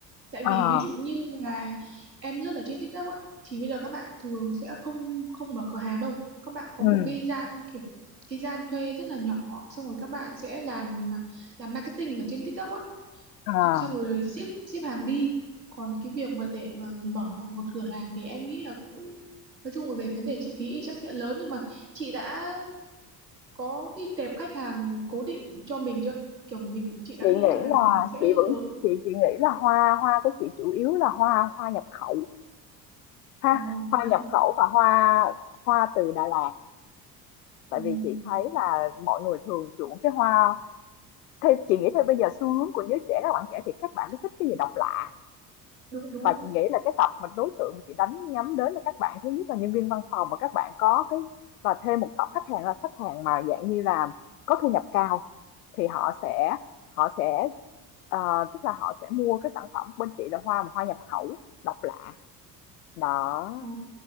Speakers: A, on the right; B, on the left.
A: tại
B: À,
A: vì ví dụ như là em lướt ở trên TikTok á thì bây giờ các bạn thường sẽ không không mở cửa hàng đâu các bạn có
B: ừm,
A: một cái gian kiểu cái gian thuê rất là nhỏ xong rồi các bạn sẽ làm làm marketing ở trên TikTok á
B: à.
A: chị- xong rồi ship ship hàng đi còn cái việc mà để mà mở một cửa hàng thì em nghĩ là cũng nói chung là về vấn đề chi phí thì chắc sẽ lớn nhưng mà chị đã có cái tệp khách hàng cố định cho mình chưa kiểu mình chị đã
B: Chị
A: nghĩ
B: nghĩ
A: là
B: là
A: mình sẽ
B: chị vẫn
A: hướng
B: chị chị nghĩ là hoa hoa của chị chủ yếu là hoa hoa nhập khẩu ha,
A: ờ
B: hoa
A: bao
B: nhập
A: nhiêu
B: khẩu và hoa hoa từ Đà Lạt.
A: Ừm,
B: Tại vì chị thấy là mọi người thường chuộng cái hoa Thì chị nghĩ thôi bây giờ xu hướng của giới trẻ, các bạn trẻ thì các bạn rất thích cái gì độc lạ,
A: đúng đúng
B: và
A: rồi
B: chị nghĩ là cái tập mà đối tượng mà chị đánh nhắm đến là các bạn thứ nhất là nhân viên văn phòng và các bạn có cái và thêm một tập khách hàng là khách hàng mà dạng như là có thu nhập cao thì họ sẽ họ sẽ ờ, tức là họ sẽ mua cái sản phẩm bên chị là hoa mà hoa nhập khẩu độc lạ đó
A: Ờ.